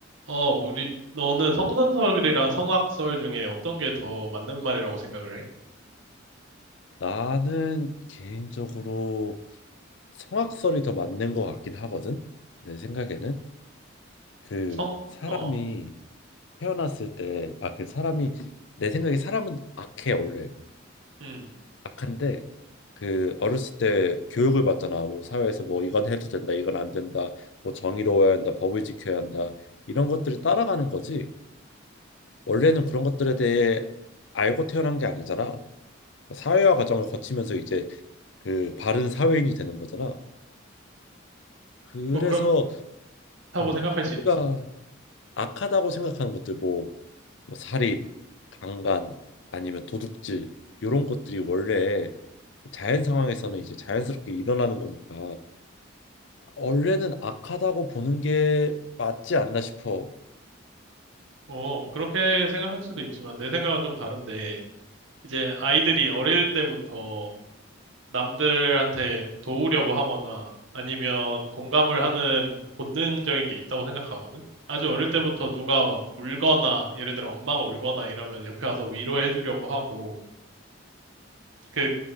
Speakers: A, on the right; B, on the left.
A: 어, 우리, 너는 성선설이랑 성악설 중에 어떤 게 더 맞는 말이라고 생각을 해?
B: 나는 개인적으로 성악설이 더 맞는 것 같긴 하거든. 내 생각에는 그
A: 성,
B: 사람이
A: 어,
B: 태어났을 때, 아, 그 사람이 내 생각에 사람은 악해 원래
A: 음,
B: 악한데 그 어렸을 때 교육을 받잖아. 뭐 사회에서 뭐 이건 해도 된다, 이건 안 된다, 뭐 정의로워야 한다, 법을 지켜야 한다 이런 것들을 따라가는 거지. 원래는 그런 것들에 대해 알고 태어난 게 아니잖아. 사회화 과정을 거치면서 이제 그 바른 사회인이 되는 거잖아. 그래서
A: 뭐 그렇다고
B: 어,
A: 생각할 수
B: 우리가
A: 있지.
B: 악하다고 생각하는 것들 뭐, 뭐 살인, 강간 아니면 도둑질 이런 것들이 원래 자연 상황에서는 이제 자연스럽게 일어나는 거니까 원래는 악하다고 보는 게 맞지 않나 싶어.
A: 어, 그렇게 생각할 수도 있지만 내 생각은 좀 다른데, 이제 아이들이 어릴 때부터 남들한테 도우려고 하거나 아니면 공감을 하는 본능적인 게 있다고 생각하거든? 아주 어릴 때부터 누가 막 울거나, 예를 들어 엄마가 울거나 이러면 옆에 와서 위로해 주려고 하고, 그